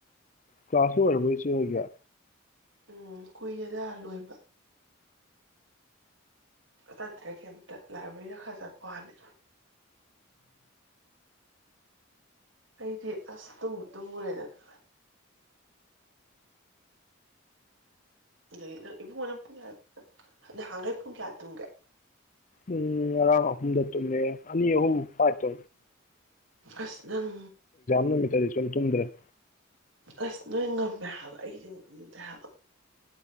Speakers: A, on the left; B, on the right.
A: ꯀ꯭ꯂꯥꯁ ꯑꯣꯏꯔꯔꯕ ꯁꯤ ꯍꯥꯏꯒ
B: ꯎꯝ ꯀꯨꯏꯔꯦꯗ ꯂꯣꯏꯕ ꯇꯇ ꯀꯩꯝꯇ ꯂꯥꯏꯕ꯭ꯔꯦꯔꯤꯗ ꯈꯔ ꯆꯠꯄ ꯋꯥꯅꯤ ꯑꯩꯗꯤ ꯑꯁ ꯇꯨꯝꯃꯨꯔꯦꯗꯗ ꯑꯩ ꯏꯕꯨꯡꯉꯣꯅ ꯄꯨꯡ ꯀꯌꯥ ꯅꯍꯥꯟꯈꯩ ꯄꯨꯡ ꯀꯌꯥ ꯇꯨꯡꯒꯦ
A: ꯎꯝ ꯑꯍꯨꯝꯗ ꯇ ꯑꯅꯤ ꯑꯍꯨꯝ ꯄꯥꯏ ꯇ
B: ꯑꯁ ꯅꯪ
A: ꯅꯨꯃꯤꯠꯇꯗꯤ ꯁꯨꯝ ꯇꯨꯝꯗ꯭ꯔꯦ
B: ꯑꯁ ꯅꯣꯏꯒꯣ ꯃ ꯍꯥ ꯏꯗ ꯍꯥꯏꯕ